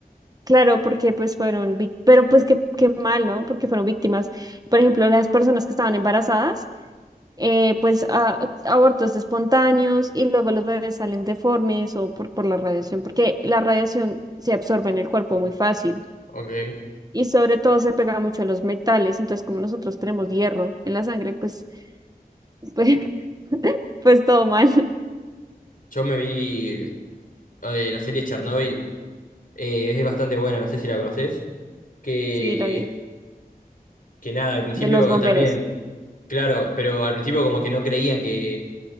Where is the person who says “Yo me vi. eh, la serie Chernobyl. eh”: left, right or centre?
Left